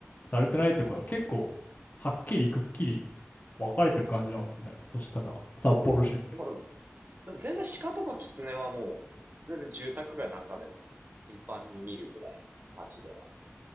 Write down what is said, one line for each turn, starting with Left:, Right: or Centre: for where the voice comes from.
Left: されてないとこが結構、はっきりくっきり分かれてる感じなんですね。そしたら、
Right: そうですね。
Left: 札幌市って。
Right: まあでも、でも全然鹿とかキツネはもう、全然住宅街の中でも頻繁に見るぐらいの街では。